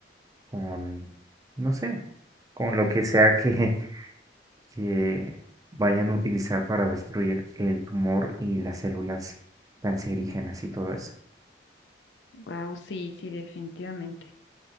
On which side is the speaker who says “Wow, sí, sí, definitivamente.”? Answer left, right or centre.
Left